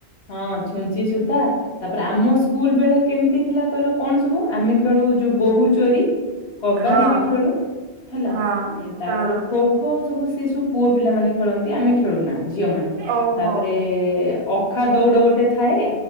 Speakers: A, on the left; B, on the right.
A: ହଁ ଛୁଞ୍ଚି ସୂତା ତାପରେ ଆମ ସ୍କୁଲ ବେଳେ କେମିତି ଥିଲା କହିଲ କଣ ସବୁ। ଆମେ ଖେଳୁ ଯୋଉ ବୋହୁୂ ଚୋରି କବାଡି
B: ହଁ।
A: ବି ଖେଳୁ। ହେଲା
B: ହଁ
A: ତାପରେ
B: ହଁ
A: ଖୋ ଖୋ ସବୁ ସେଇ ସବୁ ପୁଅ ପିଲା ମାନେ ଖେଳନ୍ତି ଆମେ ଖେଳୁନା ଝିଅ ମାନେ
B: ଓହୋ
A: ତାପରେ ଅଖା ଦୌଡ ଗୋଟେ ଥାଏ।